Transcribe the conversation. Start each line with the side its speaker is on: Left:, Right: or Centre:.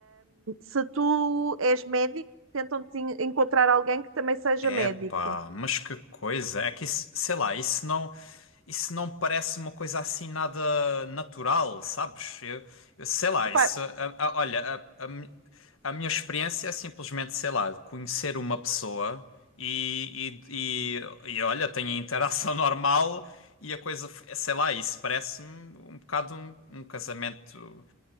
Right: Se tu és médico, tentam-te en- encontrar alguém que também seja
Left: Epá,
Right: médico.
Left: mas que coisa. É que isso, sei lá, isso não. Isso não parece uma coisa assim nada natural, sabes? Eu, eu sei lá,
Right: Epá,
Left: isso. a- a- olha, a, a mi- a minha experiência é simplesmente, sei lá, conhecer uma pessoa e, e, e, e, olha, tenho a interação <laughs> normal e a coisa, f- sei lá, isso parece-me um bocado um, um casamento